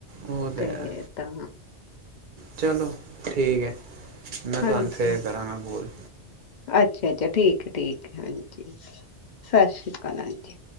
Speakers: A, on the right; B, on the left.
A: ਉਹ ਤਾਂ
B: ਤੇ
A: ਹੈ
B: ਤਾਂ
A: ਚਲੋ ਠੀਕ ਹੈ, ਮੈਂ
B: ਹਾਂਜੀ
A: ਤੁਹਾਨੂੰ ਫੇਰ
B: ਹਾਂਜੀ
A: ਕਰਾਂਗਾ ਫੋਨ।
B: ਅੱਛਾ ਅੱਛਾ ਠੀਕ ਠੀਕ ਹਾਂਜੀ ਸਤਿ ਸ੍ਰੀ ਕੱਲ੍ਹ ਆਣਗੇ